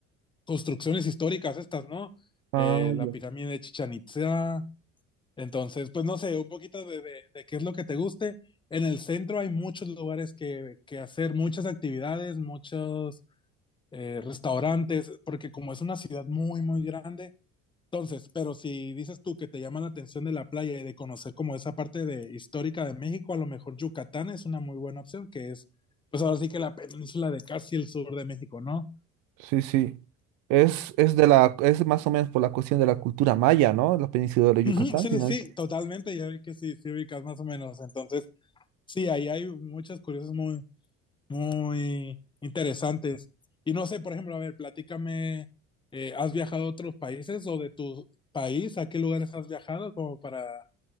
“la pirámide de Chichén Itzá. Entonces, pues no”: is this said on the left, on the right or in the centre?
Left